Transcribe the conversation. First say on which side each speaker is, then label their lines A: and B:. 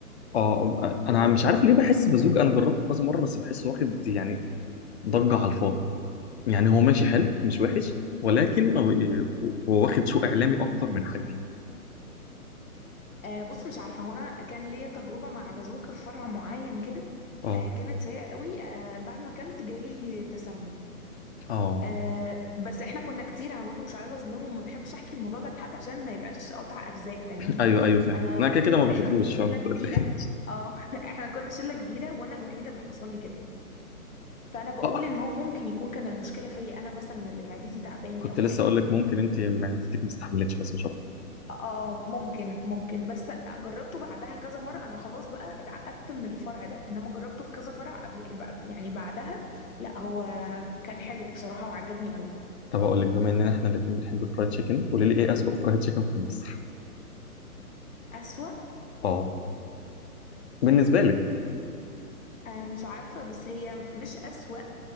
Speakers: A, on the left; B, on the left.
A: اه آه، انا
B: جربته
A: مش عارف ليه بحس بازوكا انا جربته كذا مره بس بحسه واخد يعني ضجه على الفاضي يعني هو ماشي حلو مش وحش ولكن هو آه، هو واخد سوق اعلامي اكتر من حجمه
B: آه بص مش عارفه هو انا كان ليا تجربه مع بازوكه في فرع معين كده
A: اه
B: آه كانت سيئه قوي آه بعد ما اكلت جالي تسمم
A: اه
B: آه بس احنا كنا كتير انا برضو مش عايزه اظلمه وما بحبش احكي الموضوع ده لحد عشان ما يبقاش قطع ارزاق فاهمني
A: ايوه ايوه فاهم
B: انا
A: انا كده كده ما بحبوش
B: احنا كنا شله
A: فاهم <laughs> أنت
B: كبيره
A: قلت إيه؟
B: اه <laughs> احنا كنا شله كبيره وانا الوحيده اللي حصل لي كده فانا بقول
A: <laughs> آه،
B: ان هو ممكن يكون كان المشكله فيا انا مثلا اللي معدتي تعباني
A: كنت
B: او
A: لسه
B: حاجه
A: اقول لك ممكن انت معدتك ما استحملتش بس مش
B: اه ممكن ممكن بس جربته بعدها كذا مرة انا خلاص بقى اتعقدت من الفرع ده انما جربته في كذا فرع قبل ك- بق- يعني بعدها لا هو كان حلو بصراحة وعجبني قوي
A: طب اقول لك بما اننا احنا الاثنين بنحب الفرايد تشيكن قولي لي ايه اسوأ فرايد تشيكن في مصر
B: اسوأ
A: اه بالنسبه لك
B: آه مش عارفة بس هي مش اسوأ